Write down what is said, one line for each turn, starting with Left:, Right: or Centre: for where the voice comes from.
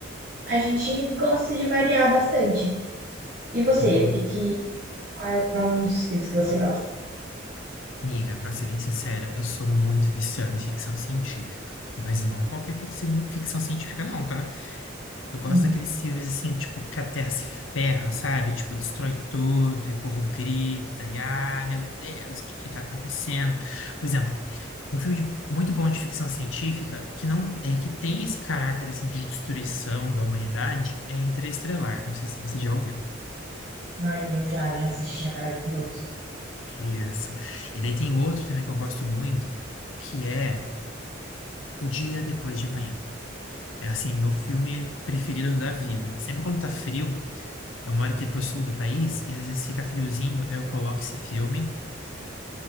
Right: a gente gosta de variar bastante. E você,
Left: Uhum.
Right: o que que, qual, qual os filmes que você gosta?
Left: Amiga, pra ser bem sincero, eu sou muito viciado em ficção científica. Mas não qualquer ficção, ficção científica, não, tá? Eu gosto
Right: Hum.
Left: daqueles filmes assim, tipo, que a Terra se ferra, sabe? Tipo, destrói tudo e o povo grita, e ah, meu Deus, o que que tá acontecendo? Por exemplo, Um filme de- muito bom de ficção científica que não é que tem esse caráter assim de destruição da humanidade é Interestelar. Não sei se você já ouviu.
Right: Ai, eu já, já assisti, é maravilhoso.
Left: Isso. E daí tem outro também que eu gosto muito, que é O Dia Depois de Amanhã. É assim, meu filme preferido da vida. Sempre quando tá frio, eu moro aqui pro sul do país e às vezes fica friozinho, eu coloco esse filme